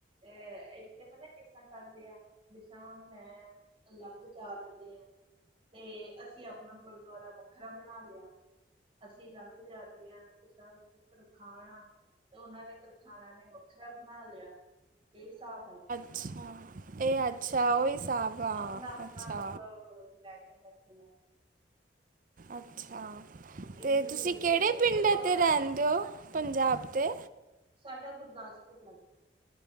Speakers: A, on the right; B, on the right.
A: ਅ ਇੱਥੇ ਪਤਾ ਕਿਸ ਤਾਂ ਕਰਦੇ ਆ ਜਿਸ ਤਾਂ ਹੁਣ ਮੈਂ ਲੱਗ ਜਾਤਦੇ ਹੈ ਤੇ ਅਸੀਂ ਆਪਣਾ ਗੁਰਦੁਆਰਾ ਵੱਖਰਾ ਬਣਾ ਲਿਆ ਅਸੀਂ ਲੱਗ ਜਾਤੀ ਹਾਂ ਕਿਸਾਨ ਤਰਖਾਣ ਆ ਤੇ ਉਹਨਾਂ ਨੇ ਖਾਣਾ ਨੇ ਵੱਖਰਾ ਬਣਾ ਲਿਆ ਇਹ ਹਿਸਾਬ ਹਨ।
B: ਅੱਛਾ ਇਹ ਆ ਅੱਛਾ ਉਹੀ ਹਿਸਾਬਾਂ ਆ
A: ਆਪਣਾ ਆਪਣਾ
B: ਅੱਛਾ
A: ਮਤਲਬ ਲੈ ਕੇ ਬੈਠੇ ਆ
B: ਅੱਛਾ।
A: ਇਹ
B: ਤੇ
A: ਨੀ
B: ਤੁਸੀਂ
A: ਵੇਖਦੇ
B: ਕਿਹੜੇ
A: ਕਿ ਇੱਕੋ
B: ਪਿੰਡ
A: ਹੀ
B: '
A: ਗੁਰਦੁਆਰਾ
B: ਰਹਿੰਦੇ
A: ਵਾ
B: ਹੋ ਪੰਜਾਬ 'ਤੇ
A: ਸਾਡਾ ਗੁਰਦਾਸਪੁਰ ਲੱਗਦਾ।